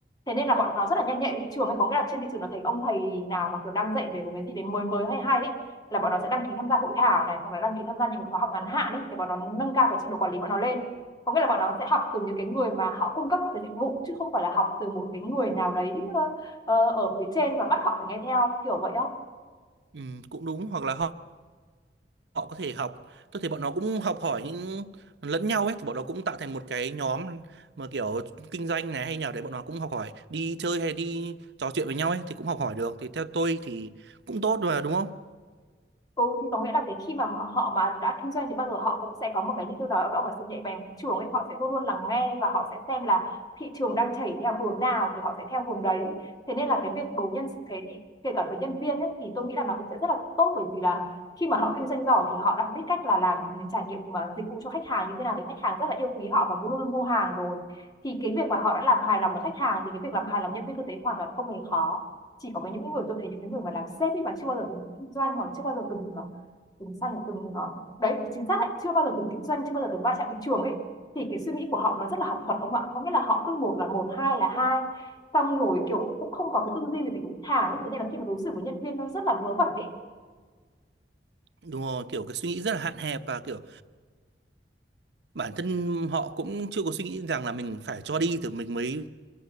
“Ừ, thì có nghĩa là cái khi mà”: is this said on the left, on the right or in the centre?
Left